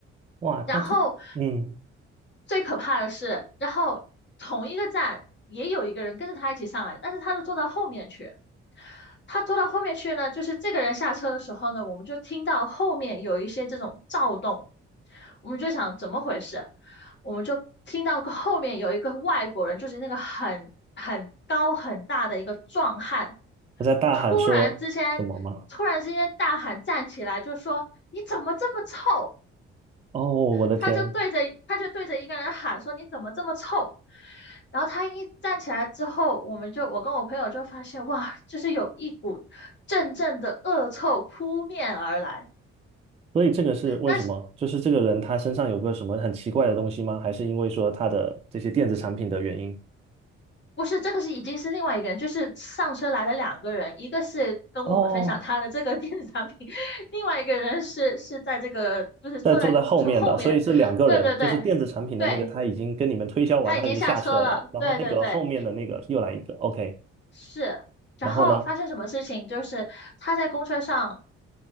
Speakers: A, on the right; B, on the left.
A: 哇，
B: 然后
A: 他这嗯。
B: 最可怕的是，然后同一个站也有一个人跟着他一起上来，但是他是坐到后面去。他坐到后面去呢，就是这个人下车的时候呢，我们就听到后面有一些这种躁动，我们就想怎么回事，我们就听到后面有一个外国人，就是那个很很高很大的一个壮汉。
A: 他在大喊说什么吗？
B: 突然之间，突然之间大喊站起来，就说你怎么这么臭？
A: 哦，我的天！
B: 他就对着他就对着一个人喊说你怎么这么臭？然后他一站起来之后，我们就我跟我朋友就发现哇，就是有一股阵阵的恶臭扑面而来。
A: 所以这个是为什么？
B: 但是
A: 就是这个人他身上有个什么很奇怪的东西吗？还是因为说他的这些电子产品的原因？
B: 不是这个是已经是另外一个人，就是上车来了两个人，一个是跟我们分享他的这个电子产品，
A: 哦，
B: 另外一个人是是在这个就是坐在公车后面。
A: 在坐在后面的，所以是两个人，
B: 对对对
A: 就是电子产品的那个他已经跟你们推销完，
B: 对。他已经下车了，
A: 他已经下车了，然后那个后面的那个又来一个，OK，
B: 对对对，是。然后发生什么事情？
A: 然后呢？
B: 就是他在公车上